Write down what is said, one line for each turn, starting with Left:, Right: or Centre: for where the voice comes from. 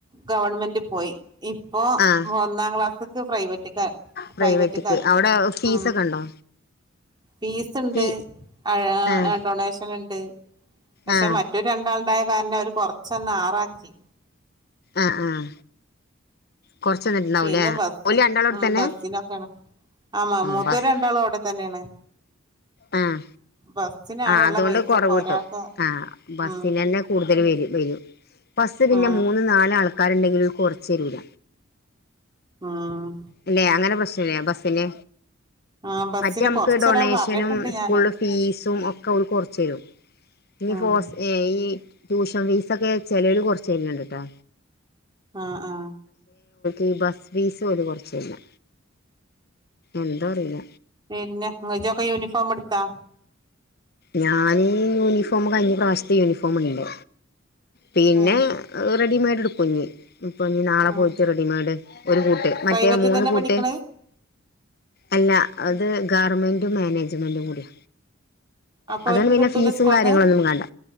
Right: ഗവൺമെന്റ് പോയി ഇപ്പോ
Left: ആഹ്
Right: ഒന്നാം ക്ലാസ്സ്ക്ക് പ്രൈവറ്റ്ക്ക്‌
Left: പ്രൈവറ്റ്ക്ക്
Right: പ്രൈവറ്റ്ക്ക്‌ ആക്കി
Left: അവിടെ ഫീസൊക്കെ
Right: ആ
Left: ഉണ്ടോ
Right: ഫീസ് ഉണ്ട്
Left: ഫീ
Right: ആ എഹ്
Left: ആഹ്
Right: ഡൊണേഷൻ ഇ <unintelligible> പക്ഷെ
Left: ആഹ്
Right: മറ്റ് രണ്ടാ <unintelligible> കാരണം അവര് കൊറച്ചൊന്ന് ആറാക്കി
Left: അ ആഹ് കൊറച്ച് നിന്നിട്ടുണ്ടാവൂലേ
Right: പിന്നെ
Left: ഓല് രണ്ടാളും അവിടെത്തന്നെ
Right: ബസ്സിനൊക്കെയാണ്
Left: ഉം
Right: മൂത്തോര്
Left: ബസ്
Right: രണ്ടാളും അവിടെ തന്നെയാണ്.
Left: ആഹ്
Right: ബസ്സിനാണുള്ള
Left: ആഹ് അതുകൊണ്ട്
Right: പൈസൊക്കെ
Left: കൊറവ്
Right: ഒരാൾക്ക്
Left: കിട്ടും ആഹ് ബസ്സിനെന്നെ
Right: ഉം
Left: കൂടുതൽ വരും വരും ബസ്സ് <unintelligible> പിന്നെ
Right: ആ
Left: മൂന്ന് നാല് ആൾക്കാര്ണ്ടെ- ൽ കൊറച്ചെരൂല
Right: ആഹ്
Left: അല്ലെ അങ്ങനെ പ്രശ്നല്ലേ ആ ബസിന്
Right: ആ ബസ്സിന്
Left: മറ്റേ നമ്മക്ക്
Right: കൊറച്ച്
Left: ഡൊണേഷനും
Right: തരാൻ പറഞ്ഞിട്ടുണ്ട്
Left: സ്കൂളുടെ
Right: ഞാന്
Left: ഫീസും ഒക്കെ ഓര് കൊറച്ചരും ഈ
Right: ഉം
Left: ഫോസ് ട്യൂഷൻ ഫീസൊക്കെ ചെലവർ കൊറച്ചു തരനുണ്ട് കേട്ടോ
Right: ആ ആ
Left: ഈ ബസ് ഫീസ് ഓല് കുറ ശരിയാ എന്താ അറീല്ല
Right: പിന്നെ അജൊക്കെ യൂണിഫോം ഇടുത്തോ
Left: ഞാനീ യൂണിഫോമ് കഴിഞ്ഞ പ്രാവശ്യത്തെ യൂണിഫോമ് ഇണ്ട് പിന്നെ
Right: ഉം
Left: റെഡിമെയ്ഡ് എടുക്കും കുഞ്ഞി ഇപ്പൊ നാളെ
Right: ആ
Left: പോയിട്ട് റെഡിമെയഡ് ഒരു കൂട്ട് മറ്റേ
Right: പ്രൈവറ്റിൽ
Left: മൂന്ന്
Right: തന്നെ
Left: കൂട്ട്
Right: പഠിക്കണേ
Left: അല്ല അത് ഗവർമെൻഡും മാനേജ്മെൻറും കൂടിയ
Right: അപ്പൊ
Left: അതോണ്ട്
Right: അവർക്ക്
Left: പിന്നെ
Right: കിട്ടൂല
Left: ഫീസും
Right: സ്കൂളിന്ന്
Left: കാര്യങ്ങളൊന്നും വേണ്ട